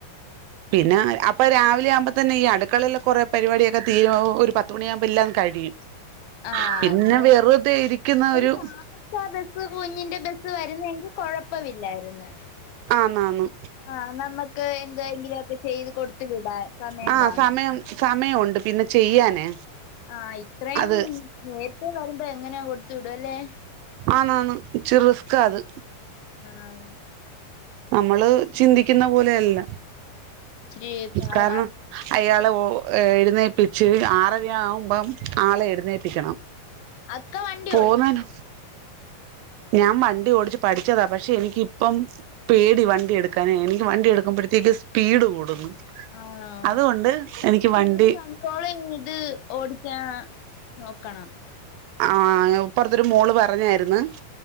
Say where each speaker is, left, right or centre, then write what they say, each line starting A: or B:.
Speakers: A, on the right; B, on the left.
A: പിന്നെ അപ്പ രാവിലെ ആവുമ്പാെ തന്നെ ഈ അടുക്കളയില് കാെറേ പരിപാടൊക്കെ തീരും ഒര് പത്ത് മണിയാവുമ്പോ എല്ലാം കഴിയും
B: ആന്ന്
A: പിന്നെ വെറുതെ ഇരിക്കുന്ന
B: എടി
A: ഒരു
B: താമസ്ച ബസ്സ് കുഞ്ഞിന്റെ ബസ്സ് വര്ന്നെങ്കിൽ കൊഴ പ്പമില്ലായിര്ന്ന്
A: ആന്നാന്ന്
B: ആ നമ്മക്ക് എന്തെങ്കിലും ഒക്കെ ചെയ്ത് കൊടുത്ത് വിടാ സമയം
A: ആ
B: കാണും
A: സമയം സമയമുണ്ട് പിന്നെ ചെയ്യാനേ
B: ആഹ ഇത്രയും
A: അത്
B: നേരത്തെേ വരു്പോ എങ്ങനെയാ കൊടുത്തു വിട അല്ലെ
A: ആണാണ് ചിറ റിസക്ക അത്
B: ആഹ
A: നമ്മള് ചിന്തിക്കുന്ന പോലെയല്ല
B: ഇച്ചിരി പാടാ
A: കാരണം അയായാൾ ആളെ എഴുന്നേപ്പിച്ച് ആറവി ആവുമ്പം ആളെ എഴുന്നേപ്പിക്കണം
B: അക്ക വണ്ടി
A: പോന്നേന്
B: ഓടിക്ക
A: ഞാൻ വണ്ടി ഓടിച്ച്ു പഠിച്ചതാ പക്ഷെ എനിിക്കിപ്പം പേടി വണ്ടി എടുക്കാന് എനിക്ക് വണ്ടി എടുക്കുമ്പോഴത്തേക്ക്ും സ്പീഡ് കൂടുന്നു
B: ആ
A: അതുകൊണ്ട്
B: അപ്പ
A: എനിക്ക് വണ്ടി
B: സീട് കണിക്കോള ഏത് ഓടിക്കാ നോക്കണം
A: ആ ഇപ്പറത്തൊരു മോള് പറഞ്ഞായിരുന്നു